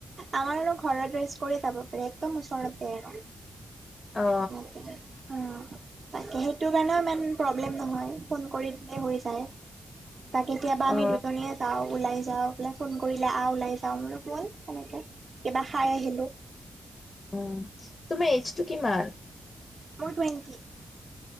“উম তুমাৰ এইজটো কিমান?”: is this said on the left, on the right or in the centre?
Left